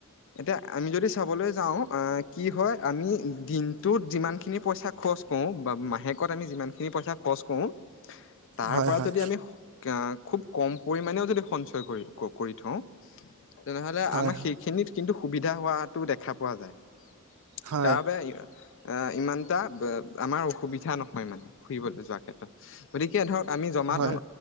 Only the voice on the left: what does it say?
এতিয়া আমি যদি চাবলৈ যাওঁ কি হয়, আমি দিনটোত যিমানখিনি পইচা খৰচ কৰোঁ বা মাহেকত আমি যিমানখিনি পইচা খৰচ কৰোঁ, তাৰ
পৰা
যদি আমি খুব কম পৰিমামানেও যদি সঞ্চয় কৰি কৰি থওঁ। তেনেহ'লে
আমাক সেইখিনিত। কিন্তু সুবিধা হোৱাতটো দেখা পোৱা যায়।
তাৰ বাবে আহ এ ইমান এটা আমাৰ অসুবিধা নহয় মানে ফুৰিবলৈ যোৱাৰ ক্ষেত্ৰত গতিকে ধৰক আমি জমা
ধন